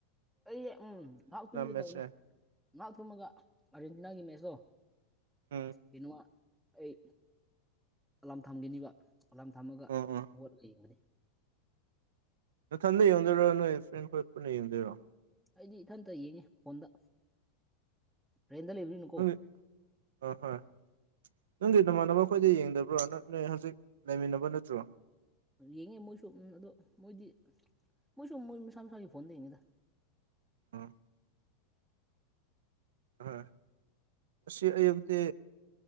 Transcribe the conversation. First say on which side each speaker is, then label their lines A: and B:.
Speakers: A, in the centre; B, on the right.
A: ꯑꯩ ꯎꯝ ꯉꯥꯏꯍꯥꯛ ꯇꯨꯝꯒꯦ
B: ꯃꯦꯠꯁꯁꯦ
A: ꯇꯧꯕꯅꯦ ꯉꯥꯏꯍꯥꯛ ꯇꯨꯝꯃꯒ ꯑꯥꯔꯖꯦꯟꯇꯤꯅꯥꯒꯤ ꯃꯦꯠꯆꯇꯣ
B: ꯎꯝ꯫
A: ꯀꯩꯅꯣꯃꯥ ꯑꯩ ꯑꯂꯥꯝ ꯊꯝꯒꯤꯅꯤꯕ꯫ ꯑꯂꯥꯝ ꯊꯝꯃꯒ
B: ꯎꯝ ꯎꯝ
A: ꯍꯧꯒꯠꯂꯒ ꯌꯦꯡꯕꯅꯤ꯫
B: ꯅꯊꯟꯗ ꯌꯦꯡꯗꯣꯏꯔꯣ ꯅꯣꯏ ꯐ꯭ꯔꯦꯟ ꯈꯣꯏ ꯄꯨꯟꯅ ꯌꯦꯡꯗꯣꯏꯔꯣ꯫
A: ꯑꯩꯗꯤ ꯏꯊꯟꯇ ꯌꯦꯡꯉꯦ ꯐꯣꯟꯗ ꯔꯦꯟꯠꯗꯥ ꯂꯩꯕꯅꯤꯅ
B: <inaudible> ꯍꯣꯏ ꯍ‌ꯣꯏ꯫ ꯅꯪꯒꯤ ꯅꯃꯥꯟꯅꯕ ꯈꯣꯏꯗꯤ ꯌꯦꯡꯗꯕ꯭ꯔꯣ ꯅꯪ ꯅꯣꯏ ꯍꯧꯖꯤꯛ ꯂꯩꯃꯤꯟꯅꯕ ꯅꯠꯇ꯭ꯔꯣ꯫
A: ꯌꯦꯡꯉꯦ ꯃꯣꯏꯁꯨ ꯎꯝ ꯑꯗꯣ ꯃꯣꯏꯗꯤ ꯃꯣꯏꯁꯨ ꯃꯣꯏ ꯃꯁꯥ ꯃꯁꯥꯒꯤ ꯐꯣꯟꯗ ꯌꯦꯡꯉꯤꯗ꯫
B: ꯑꯣ꯫ ꯍꫭꯏ ꯑꯁꯤ ꯑꯌꯨꯛꯇꯤ